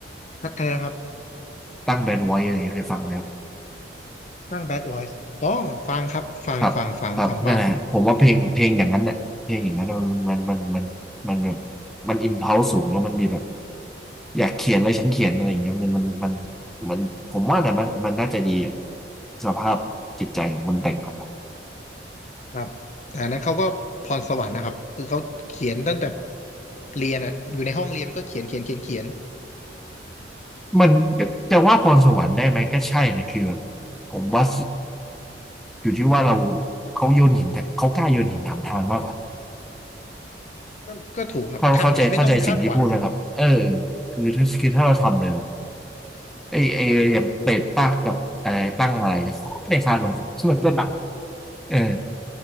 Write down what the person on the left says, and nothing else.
อะไรนะครับ
ฟัง Bad Boys อ๋อฟังครับฟังฟังฟังฟังบ้าง
ครับครับแต่อันนั้นเขาก็พรสวรรค์นะครับคือเขาเขียนตั้งแต่เรียนอ่ะอยู่ในห้องเรียนก็เขียนเขียนเขียนเขียน
ก็ก็ถูกครับทำโดยไม่ต้องคาดหวัง